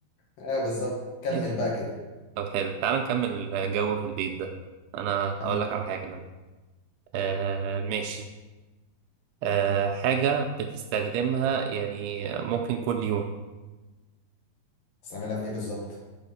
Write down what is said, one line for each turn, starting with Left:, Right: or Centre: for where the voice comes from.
Left: ايوه بالظبط كمل
Right: عم
Left: بقى كده
Right: طب حلو تعال نكمل جو في البيت ده أنا
Left: كمل
Right: هقول لك على حاجة دلوقتي آه ماشي آه حاجة بتستخدمها يعني ممكن كل يوم
Left: تستعملها في ايه بالظبط